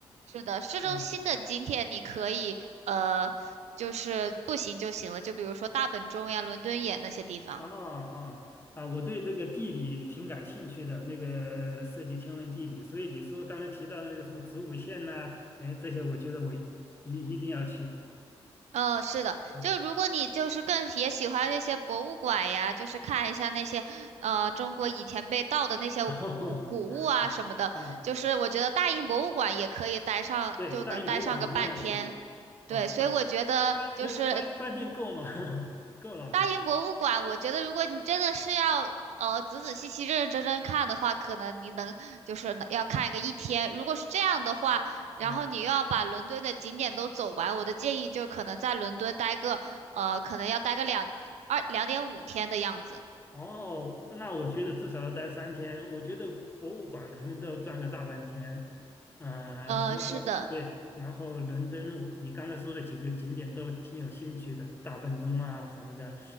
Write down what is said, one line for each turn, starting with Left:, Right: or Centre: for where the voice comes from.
Right: 是的，市中心的景点你可以呃就是步行就行了，
Left: 嗯
Right: 就比如说大本钟呀、伦敦眼那些地方。
Left: 啊啊啊，我对这个地理挺感兴趣的，那个涉及天文地理，所以你说刚才提到的那个什么子午线呐、哎，这些我觉得我一一定要去。
Right: 嗯，是的，
Left: 啊
Right: 就如果你就是更也喜欢那些博物馆呀，就是看一下那些呃中国以前被盗的那些古古物啊什么的，
Left: <laughs> 啊，
Right: 就是我觉得大英博物馆也可以待上，
Left: 对，
Right: 就能待上个半天。
Left: 大英博物馆肯定要去。
Right: 对，
Left: 哦，
Right: 所以我觉得就是
Left: 半，因为半半天够吗？<laughs> 够了哈。
Right: 大英博物馆，我觉得如果你真的是要呃仔仔细细、认认真真看的话，可能你能就是能要看一个一天。如果是这样的话，然后你又要把伦敦的景点都走完，
Left: 啊，
Right: 我的建议就可能在伦敦待个呃，可能要待个两二两点五天的样子。
Left: 哦，那我觉得至少要待三天。我觉得博物馆可能都要转个大半天。啊，
Right: 呃，
Left: 然后
Right: 是的，
Left: 对，然后伦敦我，你刚才说的几个景点都挺有兴趣的，大笨钟啊什么的。